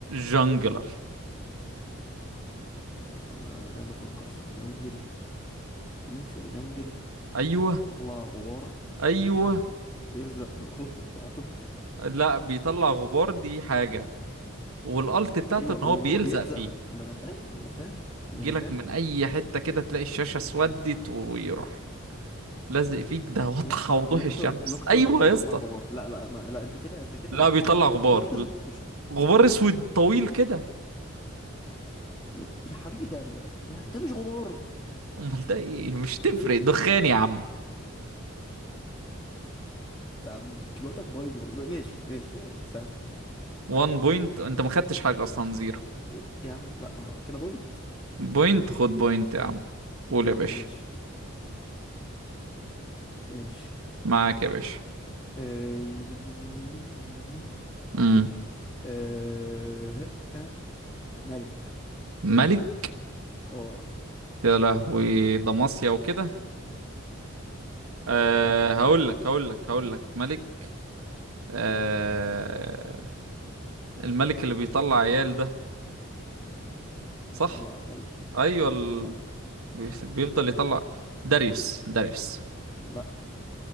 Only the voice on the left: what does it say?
ما هو انا انا قاعد افكر في الجنجل مين في الجنجل
بيطلع غبار
يلزق بالقلط بتاعته
ايوه
وهو
بيلزق
ف... ما انا فاهم ما انا فاهم ما
انا فاهم
يا اسطى
نوكتر
نوكترن
مش بيطلع
غبار لا لا ما... لا انت كده انت كده
بتقول
اي كلام
نوكترن مش بي...
م- يا حبيبي ده ده يا... ده مش غبار
طب كلوتك بايظه والله ماشي ماشي يعني سهل
إيه، يا عم لا ما كده بوينت
ماشي ماشي
آه، نن- نن- نن- نن- نن- نن- نن- نن.
آه، آه، ملك
اه
حلو بقى
بيطلع عيال
ايه
بيطلع عيال
لا